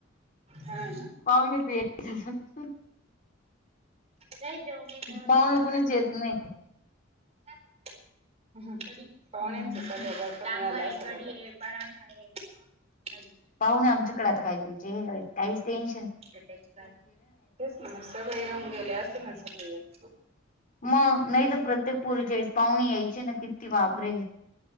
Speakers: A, on the right; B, on the left.
A: हा
B: पावणे तर येतात -
A: ही जाऊ मे तर तेवढाचत
B: पाहुणे कुणीच येत नाही
A: क पाण्या
B: हम्म
A: त
B: काय
A: लाग कढी ये पराठा आहेज
B: पाह ना आमच्याकडे आता खाय चाळीस तेऐं
A: म्हणच ना मग सगळे येऊन गेले असे मग सगळे येत
B: मग नाही तर प्रत्येक परीचेस पाहुणी यायचे ना किती वाबरे